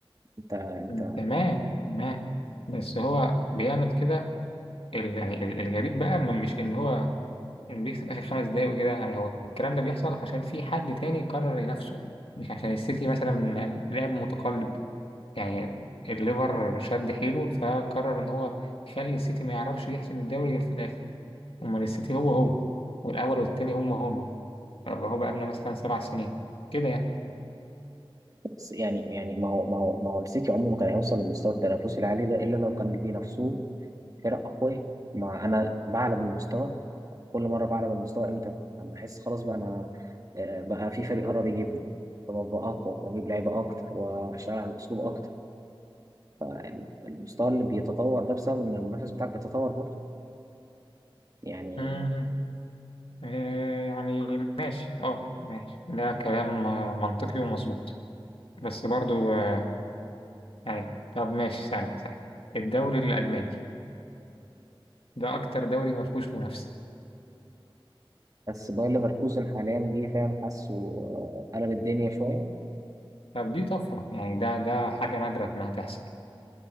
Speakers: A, on the right (about 40°); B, on the left (about 80°).
A: انت انت
B: مم، تمام تمام بس هو بيعمل كده ال- يعني ال- الغريب بقى م- مش ان هو ان بيكسب اخر خمس دقايق وكده يعني هو الكلام ده بيحصل عشان في حد تاني قرر ينافسه مش عشان السيتي مثلا لعب متقلب يعني الليفر شد حيله فقرر ان هو يخلي السيتي ما يعرفش يحسم الدوري غير في الاخر امال السيتي هو هو والاول والتاني هم هم فهو بقى لنا مثلا سبع سنين كده يعني
A: بس يعني يعني ما هو ما هو ما هو السيتي عمره ما كان هيوصل للمستوى التنافسي العالي ده الا لو كان بينافسوه فرق أقوياء مع أنا بعلى من المستوى كل مرة بعلى من المستوى إمتى؟ لما أحس خلاص بقى أنا آه، بقى في فريق قرب يجيبني فببقى أقوى وأجيب لعيبة أكتر وأشتغل على الأسلوب أكتر فالمستوى اللي بيتطور ده بسبب إن المنافس بتاعك بيتطور برضه يعني
B: مم. آه، يعني ماشي اه ماشي ده كلام آه، منطقي ومظبوط بس برضو آه، يعني طب ماشي ثانية ثانية الدوري الألماني ده أكتر دوري ما فيهوش منافسة
A: بس باير ليفركوزن حاليا جه فاهم حاسه آه، قلب الدنيا شوية
B: طب دي طفرة يعني ده ده حاجة نادرة إنها تحصل